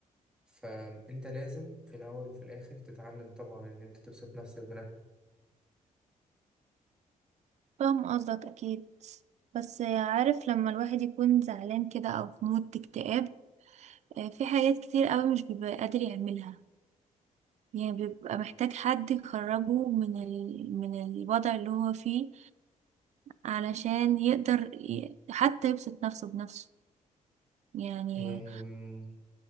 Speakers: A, in the centre; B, on the right.
A: فأنت لازم في الأول وفي الآخر تتعلم طبعا إن أنت تبسط نفسك
B: فاهم قصدك اكيد بس عارف لما الواحد يكون زعلان كده او في مود اكتئاب في حاجات كتير قوي مش بيبقى قادر يعملها يعني بيبقى محتاج حد يخرجه من ال... من الوضع اللي هو فيه علشان يقدر ي... حتى يبسط نفسه بنفسه يعني
A: بنفسك